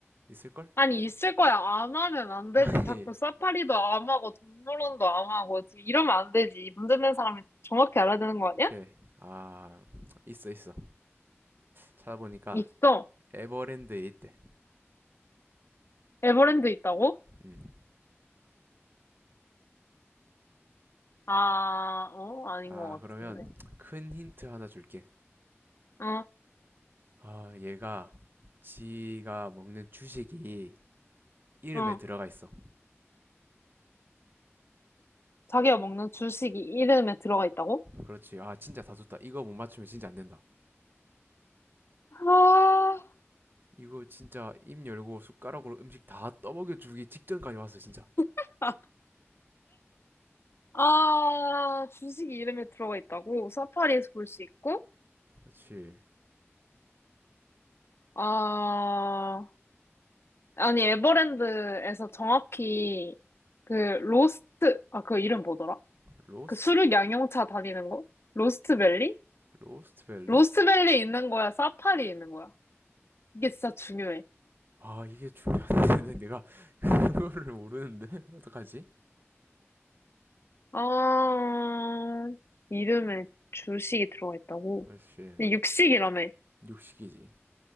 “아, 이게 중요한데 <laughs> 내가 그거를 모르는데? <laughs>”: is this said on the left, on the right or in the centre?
Right